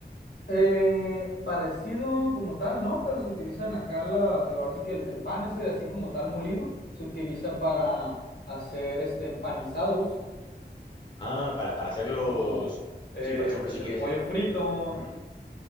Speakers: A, on the left; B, on the left.
A: Eh, parecido como tal, ¿no? Pero se utilizan acá, la, ahora sí que el, el pan ese así como tal molido, se utiliza para hacer este empanizados,
B: Ah, para, para hacerlos.
A: que es como, eh,
B: Sí, por ejemplo,
A: pues
B: si
A: el
B: quieres
A: pollo
B: hacer.
A: frito,
B: ¿Mm?